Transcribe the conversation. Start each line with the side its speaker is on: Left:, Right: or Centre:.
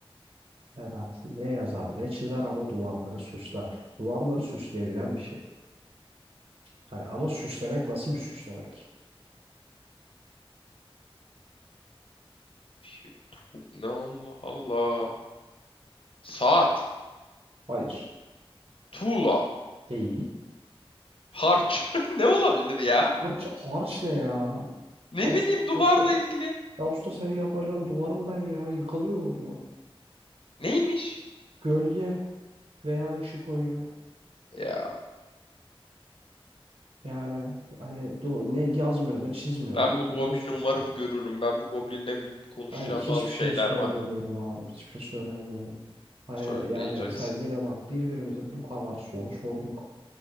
Right: Ne dersin? Ne yazar, ne çizer ama duvarları süsler. Duvarları süsleyebilen bir şey. Hani ama süslemek nasıl bir süslemek?
Left: Bir şey- Tu- Ne Allah Allah. Saat,
Right: Hayır,
Left: tuğla,
Right: değil.
Left: harç. <laughs> Ne olabilir ya?
Right: Harç, harç ne ya?
Left: Ne
Right: Ya usta,
Left: bileyim duvarla
Right: usta,
Left: ilgili.
Right: ya usta senin yapacağın duvarım ben ya. Yıkılıyor o duvar.
Left: Neymiş?
Right: Gölge. Veya ışık oyunu.
Left: Ya
Right: Yani hani du- ne yazmıyordu, çizmiyordu
Left: ben
Right: ama
Left: bu
Right: duvarı
Left: goblini
Right: süslüyor.
Left: umarım görürüm. Ben bu goblinle bir bir konuşacağım
Right: Hani hiçbir
Left: bazı şeyler
Right: şey sormuyorum
Left: var.
Right: abi, hiçbir şey söylemiyorum. Hani
Left: Söyleyeceksin.
Right: yani sen yine bak birbirimize bu kadar soru sorduk.